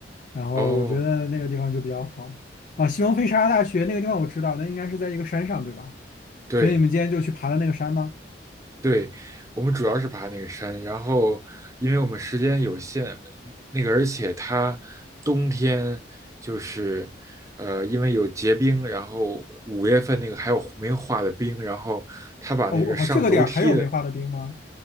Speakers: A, on the left; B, on the right.
A: 然后我觉得那个地方就比较好啊。
B: 哦，
A: 西蒙菲沙拉大学那个地方我知道，那应该是在一个山上，对吧？
B: 对
A: 所以你们今天就去爬的那个山吗？
B: 对，我们主要是爬那个山，然后因为我们时间有限，那个而且它冬天就是呃因为有结冰，然后五月份那个还有没有化的冰，然后他把那个上楼梯的
A: 哦，我好，这个点儿还有没化的冰吗？